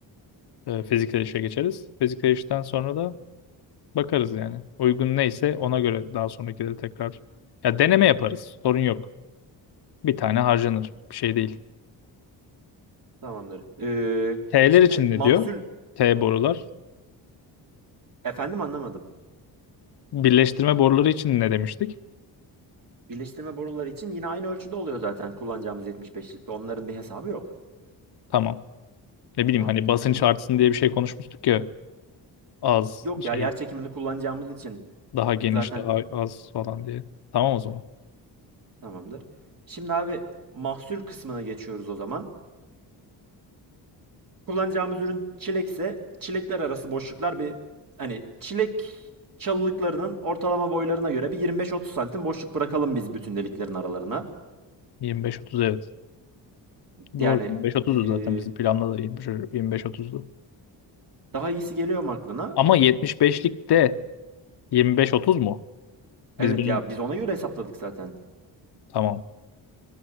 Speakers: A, on the left; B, on the right.
A: E, fiziksel işe geçeriz. Fiziksel işten sonra da bakarız yani. Uygun neyse ona göre daha sonrakileri tekrar. Ya deneme yaparız. Sorun yok. Bir tane harcanır. Bir şey değil.
B: Tamamdır. Ee,
A: T'ler
B: şimdi
A: için ne
B: mahsul
A: diyor? T borular.
B: efendim anlamadım.
A: Birleştirme boruları için ne demiştik?
B: Birleştirme boruları için yine aynı ölçüde oluyor zaten kullanacağımız 75'likte. Onların bir hesabı yok.
A: Tamam. ne bileyim
B: Tamam.
A: hani basınç
B: Şimdi
A: artsın diye bir şey konuşmuştuk ya az
B: Yok
A: şey
B: ya yer çekimini kullanacağımız için
A: daha geniş
B: zaten
A: daha az falan diye. Tamam o zaman.
B: tamamdır. Şimdi abi mahsul kısmına geçiyoruz o zaman. Kullanacağımız ürün çilekse çilekler arası boşluklar bir hani çilek çalılıklarının ortalama boylarına göre bir 25-30 santim boşluk bırakalım biz bütün deliklerin aralarına.
A: 25-30 evet.
B: Yani
A: Doğru 25-30'du
B: eee,
A: zaten bizim planda da 25-30'du.
B: daha iyisi geliyor mu aklına?
A: Ama 75'lik de 25-30 mu?
B: Evet
A: Biz bunun
B: ya biz ona göre hesapladık zaten.
A: tamam.